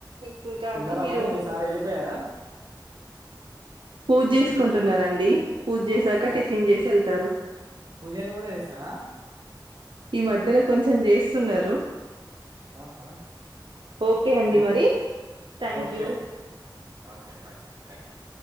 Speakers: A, on the right (about 80°); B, on the right (about 50°).
A: ఇంక్ ఇంకా
B: తిన్నారా
A: అండి మీరు
B: మరి మీ సార్ వెళ్ళిపోయారా
A: పూజ
B: డ్యూటీకి
A: చేసుకుంటున్నారండి పూజ చేసాక
B: వామ్మో
A: టిఫిన్ చేసి వెళ్తారు
B: పూజలు కూడా చేస్తారా
A: ఈ మధ్యలో కొంచెం చేసి చేస్తున్నారు
B: ఆహా
A: ఓకే అండి
B: రైట్
A: మరి. Thank
B: okay
A: you.
B: Okay bye thank you